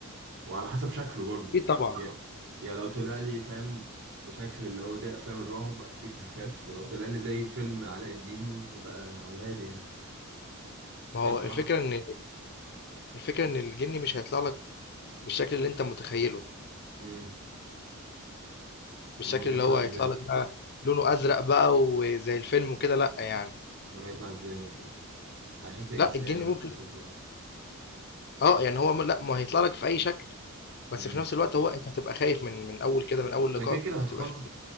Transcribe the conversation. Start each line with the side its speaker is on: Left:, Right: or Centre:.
Right: وعلى حسب شكله برضه
Left: أكيد طبعا
Right: يا طبعا يا لو طلع لي فاهم بشكل اللي هو زي افلام الرعب اكيد هخاف ولو طلع لي زي فيلم علاء الدين هبقى على الهادي يعني
Left: ما
Right: هسمع
Left: هو الفكرة إن الفكرة إن الجني مش هيطلع لك بالشكل اللي أنت متخيله
Right: امم
Left: بالشكل
Right: امال هيطلع
Left: اللي هو
Right: ازاي
Left: هيطلع لك بقى لونه أزرق بقى وزي الفيلم وكده لأ يعني
Right: امال هيطلع ازاي مثلا على شكل انسان
Left: لأ الجني
Right: ولا
Left: ممكن
Right: على شكل ايه
Left: اه يعني هو م- لأ ما هيطلع لك في أي شكل بس
Right: امم
Left: في نفس الوقت هو أنت هتبقى خايف من من أول كده من أول
Right: انا
Left: لقاء
Right: كده كده هتخض
Left: هتبقى خايف